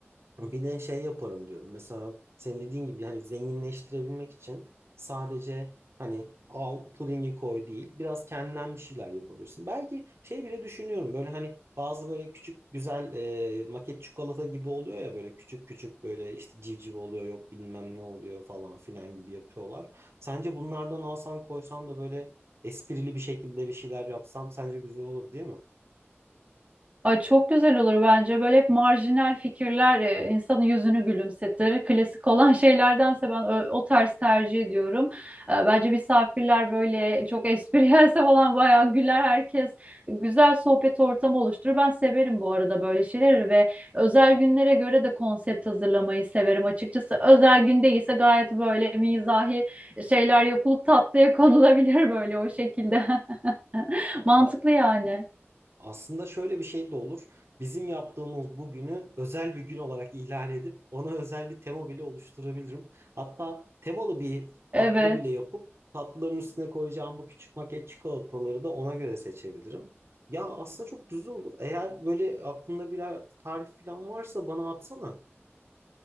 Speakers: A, on the right; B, on the right.
A: Bir de şey yaparım diyorum. Mesela senin dediğin gibi hani zenginleştirebilmek için sadece hani al pudingi koy değil. Biraz kendinden bir şeyler yapabilirsin. Belki şey bile düşünüyorum. Böyle hani bazı böyle küçük güzel e, maket çikolata gibi oluyor ya böyle küçük küçük böyle işte civciv oluyor yok bilmem ne oluyor falan filan gibi yapıyorlar. Sence bunlardan alsam koysam da böyle esprili bir şekilde bir şeyler yapsam sence güzel olur değil mi?
B: Ay çok güzel olur bence. Böyle hep marjinal fikirler e, insanın yüzünü gülümsetir. Klasik olan <laughs> şeylerdense ben ö- o tarz tercih ediyorum. E, Bence misafirler böyle çok espriyelse falan bayağı güler herkes. Güzel sohbet ortamı oluşturur. Ben severim bu arada böyle şeyleri ve özel günlere göre de konsept hazırlamayı severim açıkçası. Özel gün değilse gayet böyle mizahi şeyler yapılıp tatlıya konulabilir böyle o şekilde. <laughs>
A: Aa,
B: Mantıklı yani.
A: Aslında şöyle bir şey de olur. Bizim yaptığımız bugünü özel bir gün olarak ilan edip ona özel bir tema bile oluşturabilirim. Hatta temalı bir tatlı
B: Evet.
A: bile yapıp tatlıların üstüne koyacağım bu küçük maket çikolataları da ona göre seçebilirim. Ya aslında çok güzel olur. Eğer böyle aklında bir tarif falan varsa bana atsana.